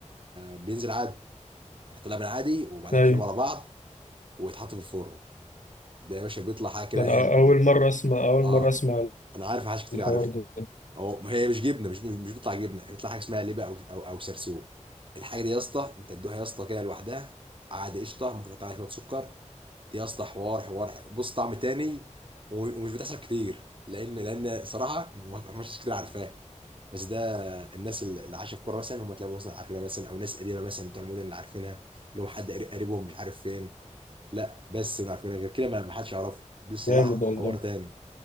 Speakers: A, on the right; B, on the left.
A: بينزل عادي بيتحط لبن عادي وبعدين
B: أيوه
A: تقلبه على بعض ويتحط في الفرن ده يا باشا بيطلع حاجه كده
B: ده أنا
A: هي
B: أول مرة أسمع أول
A: اه
B: مرة أسمع
A: انا عارف حاجات كتير
B: الحوار
A: عارفها
B: ده
A: هو ما هي مش جبنه مش مش مش بيطلع جبنه بيطلع حاجه اسمها لبه او او او سرسوب الحاجه دي يا اسطى انت تدوها يا اسطى كده لوحدها عادي قشطه ممكن تقطع عليها شويه سكر دي يا اسطى حوار حوار بص طعم تاني ومش بتحصل كتير لان لان صراحه ما مش كتير عارفاه بس ده الناس اللي عايشه في قرى مثلا هم تلاقوا مثلا عارفينها مثلا او ناس قديمه مثلا بتوع المدن اللي عارفينها اللي هم حد قري- قريبهم مش عارف فين لا بس اللي عارفينها غير كده ما ما حدش يعرفها دي الصراحه
B: جامد والله
A: حوار تاني